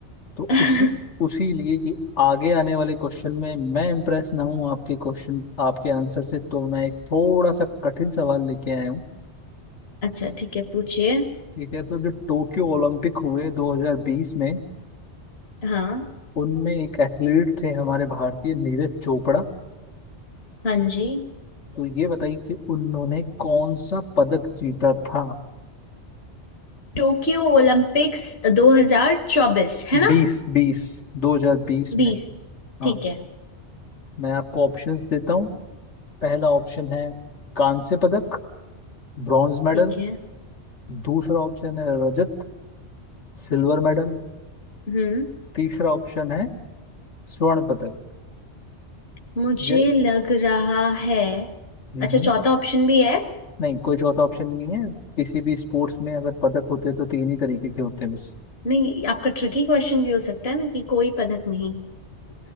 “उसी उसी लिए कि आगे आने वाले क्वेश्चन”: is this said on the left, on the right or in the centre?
Left